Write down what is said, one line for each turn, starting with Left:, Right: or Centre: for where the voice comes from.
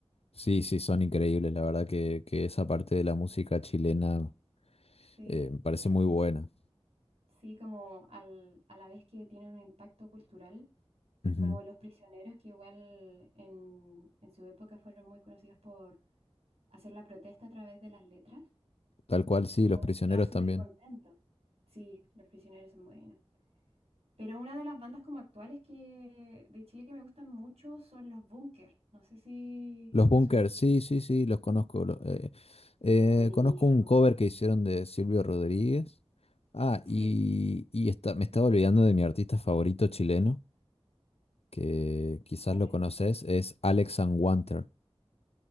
Left: Sí, sí, son increíbles. La verdad que, que esa parte de la música chilena
Right: Sí.
Left: eh, me parece muy buena.
Right: Sí, como al, a la vez que tienen un impacto cultural,
Left: Ujú.
Right: como los prisioneros que igual en, en su época fueron muy conocidos por hacer la protesta a través de las letras
Left: Tal cual, sí, Los
Right: o
Left: Prisioneros
Right: mostrar su
Left: también.
Right: descontento. Sí, los prisioneros son buenos. Pero una de las bandas como actuales que de Chile que me gustan mucho son los Búnker. No sé si
Left: Los
Right: te
Left: Bunkers,
Right: suenan.
Left: sí, sí, sí, los conozco. lo- eh, eh,
Right: Son buenísimos.
Left: conozco un cover que hicieron de Silvio Rodríguez. Ah,
Right: Sí.
Left: y, y está- me estaba olvidando de mi artista favorito chileno, que quizás
Right: ¿Cuál
Left: lo conoces,
Right: es?
Left: es Alex Wanter,